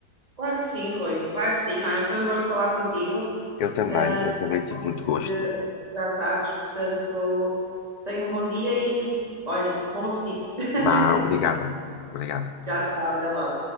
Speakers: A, on the right; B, on the left.
A: claro que sim, Rui, claro que sim. Olha, foi um gosto falar contigo.
B: Eu também,
A: Ah,
B: eu
A: se
B: também tive
A: não
B: muito
A: ouvir,
B: gosto.
A: eh, já sabes, portanto, tenha um bom dia e, olha, bom apetite. <laughs>
B: Vá, obrigada. Obrigada.
A: Tchau, tchau, até logo.